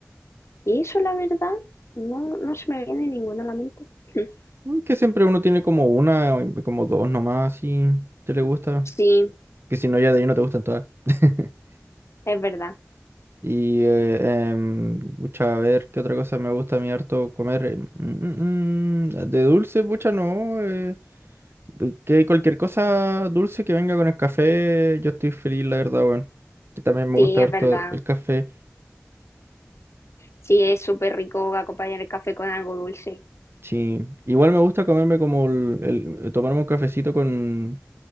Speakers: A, on the left (about 60°); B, on the right (about 50°).
A: y eso, la verdad, no, no se me viene ninguna a la mente. <laughs>
B: Que siempre uno tiene como una, o como dos nomás, si te le gusta.
A: Sí,
B: Que si no, ya de ahí no te gustan todas. <laughs>
A: es verdad,
B: Y, eh, em, pucha, a ver, ¿qué otra cosa me gusta a mí harto comer? Eh, mm, mm, mm, de dulce, pucha, no. eh, que cualquier cosa dulce que venga con el café, yo estoy feliz, la verdad, weón. Que también me
A: sí,
B: gusta
A: es
B: harto
A: verdad.
B: el café.
A: Sí, es súper rico acompañar el café con algo dulce.
B: Sí, igual me gusta comerme como el, el- eh, tomarme un cafecito con,